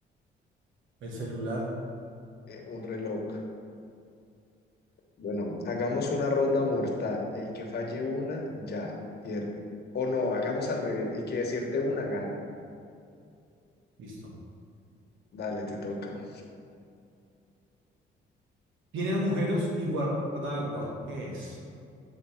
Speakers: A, on the right; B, on the left.
A: El celular.
B: eh, un reloj. Bueno, hagamos una ronda mortal. El que falle una, ya pierde. O no, hagamos al revés. El que acierte una, gana.
A: Listo.
B: Dale, te toca.
A: Tiene agujeros y guarda agua. ¿Qué es?